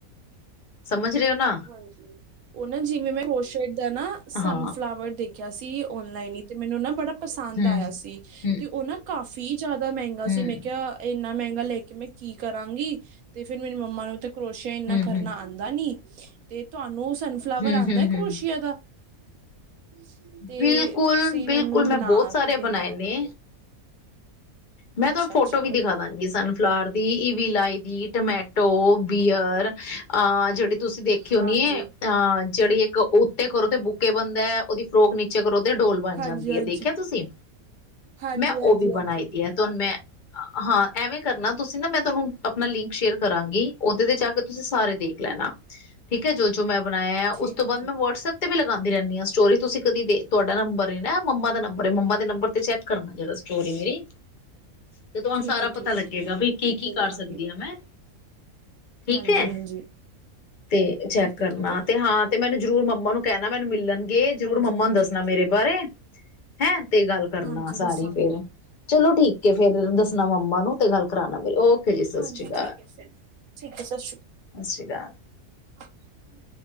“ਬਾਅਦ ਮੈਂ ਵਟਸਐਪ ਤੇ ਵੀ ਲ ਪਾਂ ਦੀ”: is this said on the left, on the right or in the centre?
Left